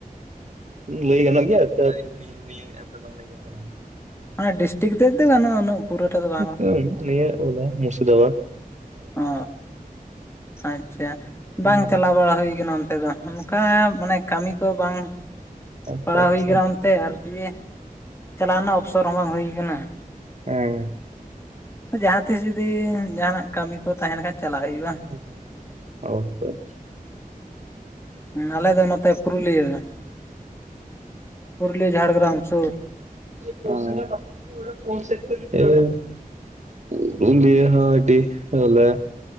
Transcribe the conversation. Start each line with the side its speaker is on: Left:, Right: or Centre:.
Right: ᱞᱟᱹᱭ ᱜᱟᱱᱚᱜ ᱜᱮᱭᱟ ᱥᱮ ᱱᱤᱭᱟᱹ ᱮᱯ ᱨᱮ ᱵᱟᱝ ᱞᱟᱹᱭ ᱜᱟᱱᱚᱜ ᱠᱟᱱᱟ
Left: ᱚᱱᱟ ᱰᱤᱥᱴᱤᱠ ᱛᱮᱫ ᱫᱚ ᱜᱟᱱᱚᱜᱼᱟ ᱩᱱᱟᱹᱜ, ᱯᱩᱨᱟᱹᱴᱟ ᱫᱚ ᱵᱟᱝ
Right: ᱦᱮᱸ ᱱᱤᱭᱟᱹ ᱢᱩᱨᱥᱤᱫᱟᱵᱟᱫᱽ,
Left: ᱚ ᱟᱪᱪᱷᱟ
Right: ᱦᱩᱸ
Left: ᱵᱟᱝ ᱪᱟᱞᱟᱣ ᱵᱟᱲᱟ ᱦᱩᱭ ᱟᱠᱟᱱᱟ ᱚᱱᱛᱮ ᱫᱚ ᱾ ᱚᱱᱠᱟ ᱢᱟᱱᱮ ᱠᱟᱹᱢᱤ ᱠᱚ ᱵᱟᱝ
Right: ᱟᱪᱪᱷᱟ
Left: ᱯᱟᱲᱟᱣ
Right: ᱟᱪᱪᱷᱟ
Left: ᱦᱩᱭ ᱠᱟᱱᱟ ᱚᱱᱛᱮ ᱟᱨ ᱫᱤᱭᱮ᱾ ᱪᱟᱞᱟᱣ ᱨᱮᱱᱟᱜ ᱚᱯᱥᱚᱨ ᱦᱚᱸ ᱵᱟᱝ ᱦᱩᱭ ᱠᱟᱱᱟ ᱾
Right: ᱚᱸ
Left: ᱡᱟᱦᱟᱸᱛᱤᱥ ᱡᱩᱫᱤ ᱡᱟᱦᱟᱸᱱᱟᱜ ᱠᱟᱹᱢᱤ ᱠᱚ ᱛᱟᱦᱮᱸ ᱞᱮᱱᱠᱷᱟᱱ ᱪᱟᱞᱟᱜ ᱦᱩᱭᱩᱜᱼᱟ ᱾
Right: <inaudible>
Left: ᱟᱞᱮ ᱫᱚ ᱱᱚᱛᱮ ᱯᱩᱨᱩᱞᱤᱭᱟᱹ, ᱯᱩᱨᱩᱞᱤᱭᱟᱹ ᱡᱷᱟᱲᱜᱨᱟᱢ ᱥᱩᱨ ᱾
Right: <inaudible> ᱯᱩᱞᱤᱭᱟᱹ ᱦᱚᱸ ᱟᱹᱰᱤ ᱵᱚᱞᱮ